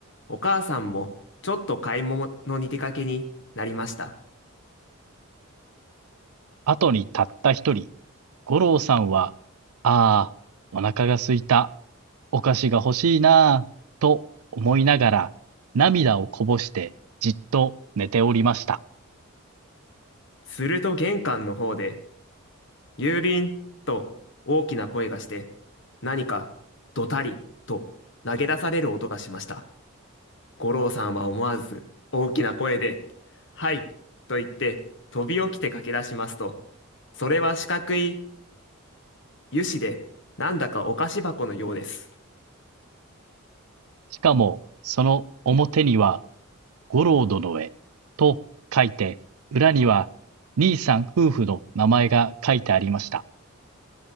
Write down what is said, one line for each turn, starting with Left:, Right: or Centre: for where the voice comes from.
Left: お母さんもちょっと買い物に出かけになりました。
Right: あとにたった一人、五郎さんは、ああ、お腹が空いた、お菓子が欲しいなぁと思いながら、涙をこぼして、じっと寝ておりました。
Left: すると玄関の方で、郵便と大きな声がして、何かドタリと投げ出される音がしました。五郎さんは思わず大きな声で、はい、と言って飛び起きて駆け出しますと、それは四角い油脂で、なんだかお菓子箱のようです。
Right: しかも、その表には、五郎殿へ、と書いて、裏には、兄さん夫婦の名前が書いてありました。